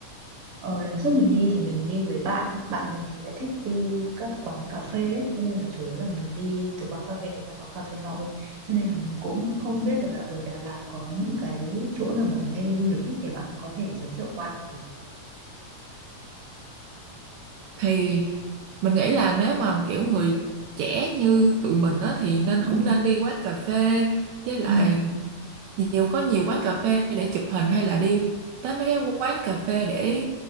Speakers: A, on the right; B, on the right.
A: Ờ, lần trước mình đi thì mình đi với bạn, bạn mình thì lại thích đi các quán cà phê ấy, cho nên là chủ yếu là mình đi từ quán cà phê này sang quán cà phê nọ thôi. Cho nên là mình cũng không biết được là ở Đà Lạt có những cái chỗ nào mọi người hay đi du lịch ấy, thì bạn có thể giới thiệu qua cho mình được không?
B: thì mình nghĩ là nếu mà kiểu người trẻ như tụi mình á thì nên cũng
A: ừ
B: nên đi quán cà phê với lại
A: ừ
B: nhiều có nhiều quán cà phê để chụp hình hay là đi tới mấy cái quán cà phê để